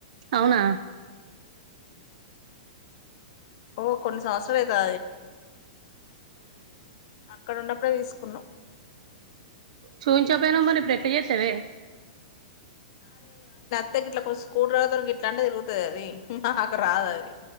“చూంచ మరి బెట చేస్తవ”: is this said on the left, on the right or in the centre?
Right